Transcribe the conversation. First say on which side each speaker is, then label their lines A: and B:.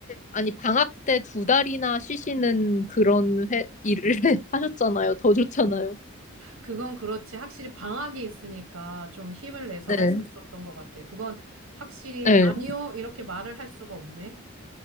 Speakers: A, on the left; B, on the right.
A: 아니, 방학 때 두 달이나 쉬시는 그런 회, 일을 <laughs> 하셨잖아요. 더 좋잖아요.
B: 그건 그렇지. 확실히 방학이 있으니까 좀 힘을 내서
A: 네.
B: 할 수 있었던 것 같아. 그건 확실히
A: 네.
B: 아니요. 이렇게 말을 할 수가 없네.